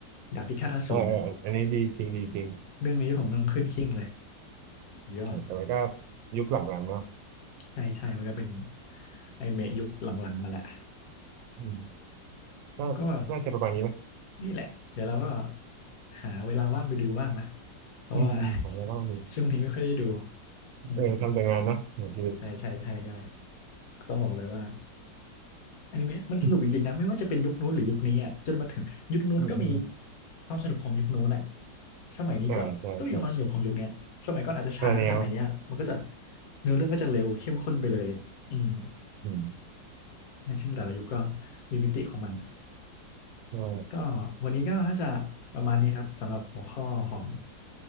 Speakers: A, on the left; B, on the right.
A: ดาบพิฆาตอสูรนะ
B: อ่าออันนี้ดีจริงดีจริง
A: เรื่องนี้ของน้องขึ้นหิ้งเลยสุดยอด
B: แต่ว่าก็ยุคหลังๆเนาะ
A: ใช่ใช่มันก็เป็นไอนิเมะยุคหลังๆมาแหละ
B: อืมก็น่าจะประมาณนี้ไหม
A: ก็นี่แหละเดี๋ยวเราก็หาเวลาว่างไปดูบ้างนะเพราะว่า
B: อืมอืมของเราเล่าดี
A: <laughs> ช่วงนี้ไม่ค่อยได้ดูอืม
B: เออทำแต่งานเนาะเนี่ยชีวิต
A: ๆใช่ใช่ใช่ใช่ต้องบอกเลยว่า อนิเมะมันสนุกจริงๆนะไม่ว่าจะเป็นยุคนู้นหรือยุคนี้อ่ะจนมาถึงยุคนู้นก็มี
B: อืมอืม
A: ความสนุกของยุคนู้นอ่ะสมัยนี้ก็ก็มีความสนุกของยุคเนี้ยสมัยก่อนอาจจะช้าสมัยเนี้ยมันก็จะ
B: อ่าใช่ใช่ตั่แนว
A: เนื้อเรื่องก็จะเร็วเข้มข้นไปเลยอืม
B: อืม
A: ใช่ซึ่งแต่ละยุคก็มีมิติของมัน
B: อ่่
A: ก็วันนี้ก็น่าจะประมาณนี้ครับสำหรับหัวข้อของ